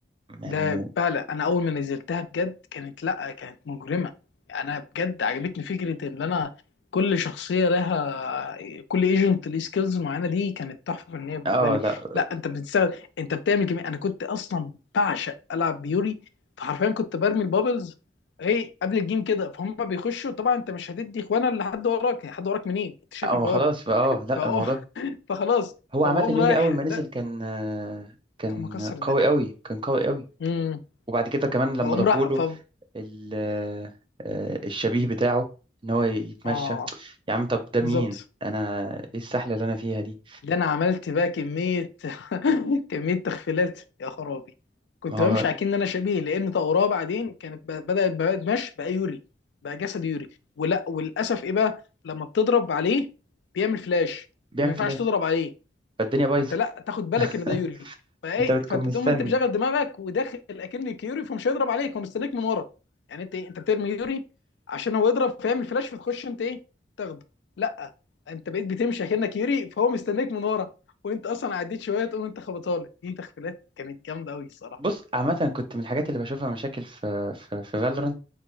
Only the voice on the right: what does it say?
يعني
اه
لا
اه
خلاص بقى، اه لا
الموضوع
هو
عامة يوري
اول ما نزل
كان آه، كان
قوي قوي كان قوي قوي
وبعد كده كمان لما
ضافوا
له
ال- آه، الشبيه بتاعه ان هو يتمشى
يا عم طب ده
مين انا ايه السحله اللي انا فيها دي
ما هو
بيعمل
فلاش
فالدنيا بايظه
<laughs>
فانت بتكون
مستني
بص عامه كنت من الحاجات اللي بشوفها مشاكل في في في فالورنت